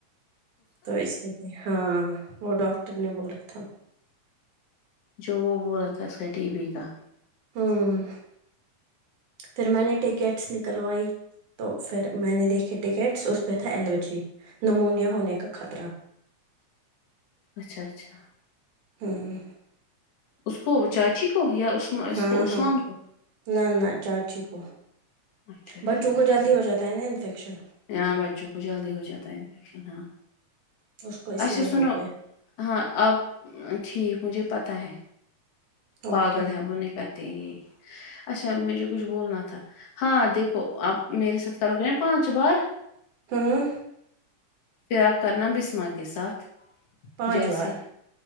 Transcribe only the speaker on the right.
تو اس لیے ہاں وہ ڈاکٹر نے بولا تھا
ہوں پھر میں نے ٹکٹس نکلوائی تو پھر میں نے دیکھیے ٹکٹس اس پہ تھا الرجی نمونیا ہونے کا خطرہ
ہوں
ہاں
ہاں
نہ نہ چاچی کو
بچوں کو
جلدی ہو جاتا تا نا انفیکشن
اس کو اسی
لیے ہو
گیا
اوکے
ہاں
پانچ
بار